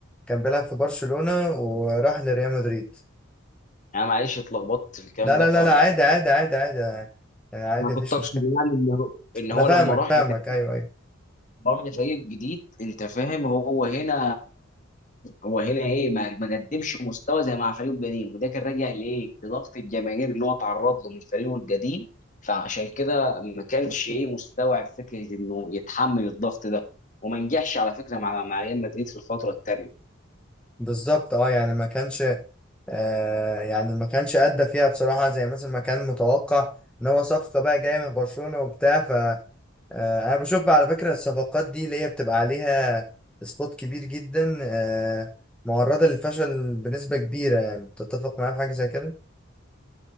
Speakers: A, in the centre; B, on the left (about 35°).
A: كان بيلعب في برشلونة وراح لريال مدريد
B: انا معلش اتلخبطت في الكلام
A: لا
B: ده
A: لا
B: ف
A: لا
B: انا
A: لا عادي عادي عادي عادي يعني عادي مفيش
B: كنت اقصد
A: مشكلة
B: يعني ان هو ان
A: انا
B: هو
A: فاهمك
B: لما راح
A: فاهمك
B: لف-
A: ايوه ايوه
B: راح لفريق جديد انت فاهم هو هنا هو هنا ايه ما ما قدمش مستوى زي مع فريقه القديم وده كان راجع لايه لضغط الجماهير اللي هو اتعرض له من فريقه القديم فعشان كده ما كانش ايه مستوعب فكره انه يتحمل الضغط ده وما نجحش على فكره مع مع ريال مدريد في الفتره الثانيه
A: بالظبط اه يعني ما كانش آه يعني ما كانش ادى فيها بصراحه زي مثلا ما كان متوقع ان هو صفقه بقى جايه من برشلونه وبتاع ف آه انا بشوف على فكره الصفقات دي اللي هي بتبقى عليها سبوت كبير جدا آه معرضه للفشل بنسبه كبيره يعني تتفق معايا في حاجه زي كده